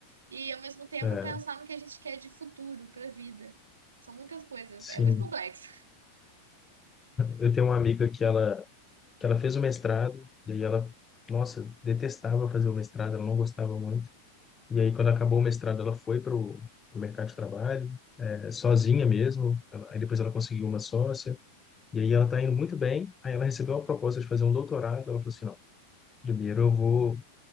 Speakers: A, on the right (about 70°); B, on the left (about 20°).
A: e, ao mesmo tempo,
B: É,
A: pensar no que a gente quer de futuro para a vida. São muitas coisas,
B: sim.
A: é muito complexo.
B: Eu tenho uma amiga que ela, que ela fez o mestrado e aí ela, nossa, detestava fazer o mestrado, ela não gostava muito. E aí, quando acabou o mestrado, ela foi para o mercado de trabalho, é, sozinha mesmo. Ela- Aí depois ela conseguiu uma sócia. E aí ela está indo muito bem. Aí ela recebeu uma proposta de fazer um doutorado. Ela falou assim, não, primeiro eu vou